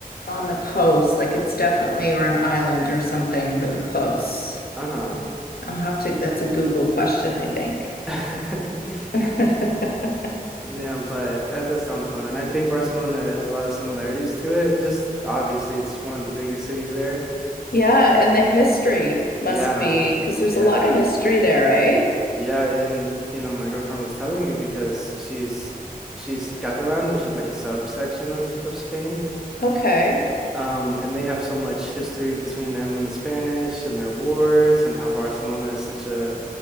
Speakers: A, on the left; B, in the centre.
A: on the coast, like it's definitely or an island or something really close.
B: uh-huh.
A: I'll have to, that's a Google question, I think.
B: <laughs>
A: <laughs>
B: Yeah, but that does sound fun. And I think Barcelona has a lot of similarities to it. Just obviously it's one of the biggest cities there.
A: Yeah, and the history must
B: Yeah.
A: be because there's
B: Yeah.
A: a lot of history there, right?
B: Yeah, and you know, my girlfriend was telling me because she's she's Catalan, which is like a subsection of of Spain.
A: Okay.
B: Um, and they have so much history between them and the Spanish and their wars, and how Barcelona is such a